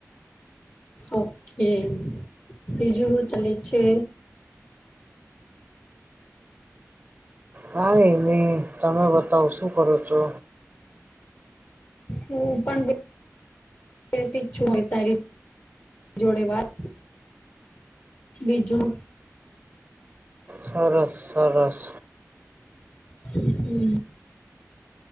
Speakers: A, on the left (about 50°); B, on the right (about 30°).
A: ઓકે બીજું સુ ચાલે છે
B: હા એ નહી તમે બતાવ શું કરો છો
A: હુ પણ બ બેસી છુ હવે ચાલી જોડે વાત બીજું
B: સરસ સરસ
A: હમ